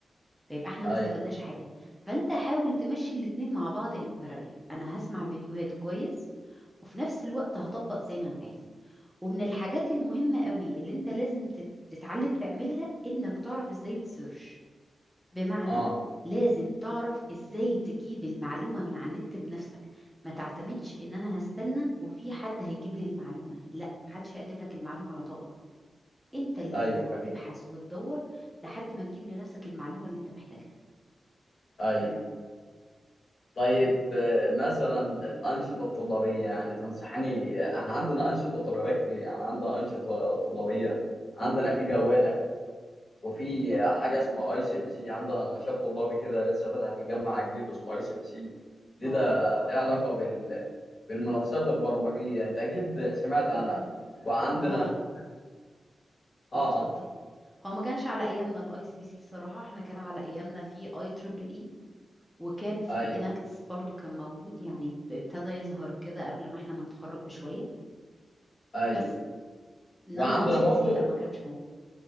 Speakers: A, in the centre; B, on the left.
A: فيبقى احنا ما
B: ايوه
A: استفدناش حاجة فانت حاول تمشي الاتنين مع بعض ان parallel انا هسمع فيديوهات كويس وفي نفس الوقت هطبق زي ما انا عايز ومن الحاجات المهمة قوي اللي انت لازم تت- تتعلم تعملها انك تعرف ازاي تسيرش بمعنى
B: اه
A: لازم تعرف ازاي تجيب المعلومة من على النت بنفسك ما تعتمدش ان انا هستنى وفي حد هيجيب لي المعلومة لا محدش هيقدم لك المعلومة على طبق انت اللي
B: ايوه
A: لازم
B: اكيد
A: تبحث وتدور لحد ما تجيب لنفسك المعلومة اللي انت محتاجها
B: ايوه طيب آه، مثلا الانشطه الطلابيه يعني تنصحني احنا عندنا انشطه طلابيه كتير يعني عندنا انشطه طلابيه عندنا في جواله وفي
A: برافو
B: حاجة اسمها اي سي بي سي عندنا نشاط طلابي كده لسه فاتح في الجامعة جديد اسمه اي سي بي سي دي
A: اه
B: ده ليه علاقة بال بالمنافسات البرمجية انت اكيد سمعت
A: بجد
B: عنها وعندنا
A: هو
B: اه
A: اه اتفضل
B: اه
A: هو ما كانش على ايامنا الاي سي بي سي الصراحة احنا كان على ايامنا في اي تريبل اي وكان في
B: ايوه
A: اناكتس برضو كان موجود يعني ابتدى يظهر كده قبل ما احنا ما نتخرج بشوية
B: ايوه
A: بس انما
B: وعندنا
A: اي سي
B: برضو
A: بي سي لا ما كانش موجود